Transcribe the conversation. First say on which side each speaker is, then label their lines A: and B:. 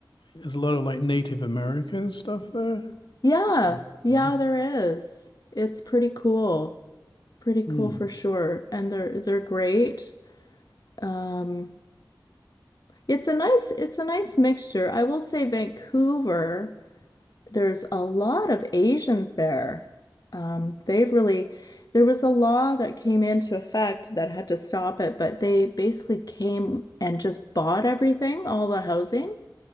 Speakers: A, on the left; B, on the left.
A: there's a lot of like Native American stuff there.
B: Yeah,
A: But,
B: yeah,
A: yeah.
B: there is. It's pretty cool. Pretty cool
A: Hmm.
B: for sure. And they're they're great. Um, it's a nice it's a nice mixture. I will say Vancouver, there's a lot of Asians there. Um, they've really there was a law that came into effect that had to stop it, but they basically came and just bought everything, all the housing,